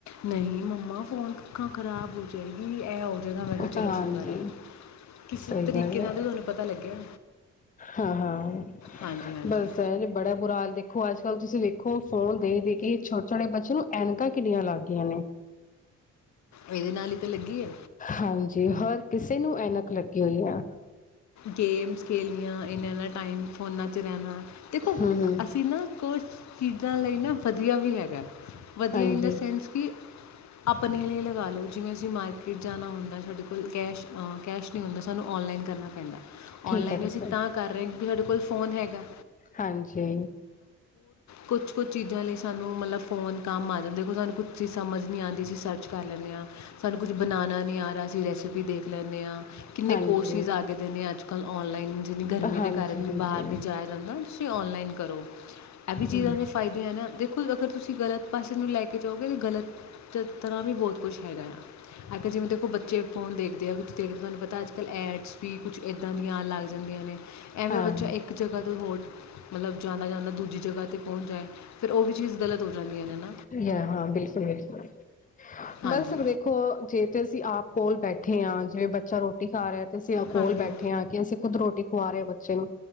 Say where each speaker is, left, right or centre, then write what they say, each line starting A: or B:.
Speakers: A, on the left; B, on the left.
A: ਨਹੀਂ ਮੰਮਾ ਫੋਨ ਅੱਖਾਂ ਖਰਾਬ ਹੋ ਜਾਏਗੀ ਇਹ ਔ <unintelligible> ਮੈਂ ਕਿਹਾ ਚਲੋ
B: ਹਾਂਜੀ
A: ਸ਼ੁਕਰ ਆ। ਕਿਸੇ
B: ਸਹੀ
A: ਤਰੀਕੇ
B: ਗੱਲ
A: ਨਾਲ
B: ਹੈ
A: ਤੇ ਉਹਨਾਂ ਨੂੰ ਪਤਾ ਲੱਗਿਆ।
B: ਹਾਂ ਹਾਂ,
A: ਹਾਂਜੀ ਹਾਂਜੀ
B: ਬਸ ਇਹ ਬੜਾ ਬੁਰਾ ਹਾਲ ਦੇਖੋ ਅੱਜ ਅੱਜ ਕੱਲ ਤੁਸੀਂ ਵੇਖੋ ਫੋਨ ਦੇਖ ਦੇ ਕੇ ਛੋਟੇ ਛੋਟੇ ਬੱਚੇ ਨੂੰ ਐਨਕਾਂ ਕਿੱਨੀਆਂ ਲੱਗ ਗਈਆਂ ਨੇ।
A: ਇਹਦੇ ਨਾਲ ਹੀ ਤਾਂ ਲੱਗੀ ਆ।
B: ਹਾਂਜੀ ਹਰ ਕਿਸੇ ਨੂੰ ਐਨਕ ਲੱਗੀ ਹੋਈ ਆ।
A: ਗੇਮਸ ਖੇਲਣੀਆਂ ਇਨਾ ਇਨਾ ਟਾਈਮ ਫੋਨਾਂ 'ਚ ਰਹਿਣਾ। ਦੇਖੋ
B: ਹੂੰ ਹੂੰ
A: ਅਸੀਂ ਨਾ ਕੁਛ ਚੀਜ਼ਾਂ ਲਈ ਨਾ ਵਧੀਆ ਵੀ ਹੈਗਾ ਐ। ਵਧੀਆ
B: ਹਾਂਜੀ
A: ਇਨ ਦਾ ਸੈਂਸ ਕਿ ਆਪਣੇ ਲਈ ਲਗਾ ਲਓ ਜਿਵੇਂ ਅਸੀਂ ਮਾਰਕੀਟ ਜਾਣਾ ਹੁੰਦਾ ਐ। ਸਾਡੇ ਕੋਲ ਕੈਸ਼ ਕੈਸ਼ ਨਹੀਂ ਹੁੰਦਾ ਸਾਨੂੰ ਔਨਲਾਈਨ ਕਰਨਾ ਪੈਂਦਾ ਐ।
B: ਠੀਕ
A: ਆਨਲਾਈਨ
B: ਹੈ ਠੀਕ
A: ਅਸੀਂ
B: ਹੈ
A: ਤਾਂ ਕਰ ਰਹੇ ਕਿਉਂਕਿ ਸਾਡੇ ਕੋਲ ਫ਼ੋਨ ਹੈਗਾ।
B: ਹਾਂਜੀ।
A: ਕੁਛ-ਕੁਛ ਚੀਜ਼ਾਂ ਲਈ ਸਾਨੂੰ ਮਤਲਬ ਫ਼ੋਨ ਕੰਮ ਆ ਜਾਂਦਾ। ਦੇਖੋ ਸਾਨੂੰ ਕੁਛ ਚੀਜ਼ ਸਮਝ ਨਹੀਂ ਆਉਂਦੀ ਅਸੀਂ ਸਰਚ ਕਰ ਲੈਂਦੇ ਹਾਂ। ਸਾਨੂੰ ਕੁਝ ਬਣਾਉਣਾ ਨਹੀਂ ਆ ਰਿਹਾ। ਅਸੀਂ ਰੈਸਪੀ ਦੇਖ ਲੈਂਦੇ ਹਾਂ।
B: ਹਾਂਜੀ
A: ਕਿੰਨੇ ਕੋਰਸਿਸ ਆ ਗਏ। ਨੇ ਅੱਜ ਕੱਲ੍ਹ ਔਨਲਾਈਨ ਜਿੰਨੀ ਗਰਮੀ
B: ਹਾਂਜੀ
A: ਦੇ ਕਾਰਨ ਵੀ
B: ਹਾਂਜੀ
A: ਬਾਹਰ ਨਹੀਂ ਜਾਇਆ ਜਾਂਦਾ। ਔਨਲਾਈਨ ਕਰੋ। ਇਹ ਵੀ ਚੀਜ਼ਾਂ
B: ਹੂੰ
A: ਦੇ ਫਾਇਦੇ ਐ ਨਾ। ਦੇਖੋ ਅਗਰ ਤੁਸੀਂ ਗਲਤ ਪਾਸੇ ਨੂੰ ਲੈ ਕੇ ਜਾਓਗੇ ਤਾਂ ਗਲਤ ਤਰ੍ਹਾਂ ਵੀ ਬਹੁਤ ਕੁਛ ਹੈਗਾ ਆ। ਅਗਰ ਜਿਵੇਂ ਦੇਖੋ ਬੱਚੇ ਫੋਨ ਦੇਖਦੇ ਆ ਕੁਛ ਦੇਖਦੇ ਤੁਹਾਨੂੰ ਪਤਾ ਅੱਜ ਕੱਲ੍ਹ ਐਡਸ ਵੀ ਕੁਛ ਇੱਦਾਂ ਦੀਆਂ ਆ ਲੱਗ ਜਾਂਦੀਆਂ ਨੇ ਐਵੇਂ
B: ਹਾਂ
A: ਬੱਚੋਂ ਇੱਕ ਜਗ੍ਹਾ ਤੋਂ ਹੋਰ ਮਤਲਬ ਜਾਂਦਾ- ਜਾਂਦਾ ਦੂਜੀ ਜਗ੍ਹਾ 'ਤੇ ਪਹੁੰਚ ਜਾਏ ਫਿਰ ਉਹ ਵੀ ਚੀਜ਼ ਗ਼ਲਤ ਹੋ ਜਾਂਦੀਆਂ ਇਹਨਾਂ ਨੂੰ
B: ਹ -ਹਾਂ, ਬਿਲਕੁਲ -ਬਿਲਕੁਲ।
A: ਹਾਂਜੀ
B: ਬਸ ਦੇਖੋ ਜੇ ਤੇ ਅਸੀਂ ਆਪ ਕੋਲ ਬੈਠੇ ਆ ਜਿਵੇਂ ਬੱਚਾ ਰੋਟੀ ਖਾ ਰਿਹਾ ਤੇ ਅਸੀਂ ਕੋਲ
A: ਹਾਂਜੀ
B: ਬੈਠੇ
A: ਹਾਂਜੀ
B: ਹਾਂ ਕਿ ਅਸੀਂ ਖੁਦ ਰੋਟੀ ਖਵਾ ਰਹੇ ਬੱਚੇ ਨੂੰ